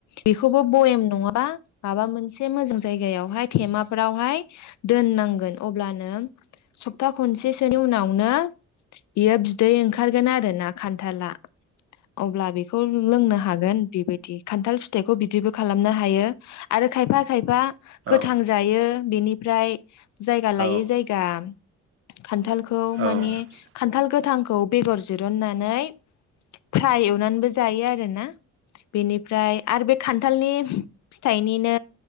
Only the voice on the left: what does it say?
बिखौबो बयम नङाबा माबा मोनसे मोजां जायगायावहाय थेमाफोराव हाय दोननांगोन अब्लानो नो सप्ता खनसेसोनि उनावनो बियो बिदै ओंखारगोन आरो ना खान्थाला। अब्ला बे खौ लोंनो हागोन बेबायदि खान्थाल फिथाइखौ बिदिबो खालामनो हायो आरो खायफा खायफा गोथां
जायो बेनि ओमफ्राय जायगा लायै
जायगा खान्थालखौ
माने खान्थाल गोथांखौ बेगर जिरन्नानै फ्राय एवनानैबो जायो आरो ना। बेनिफ्राय आरो बे खान्थालनि फिथाइनिनो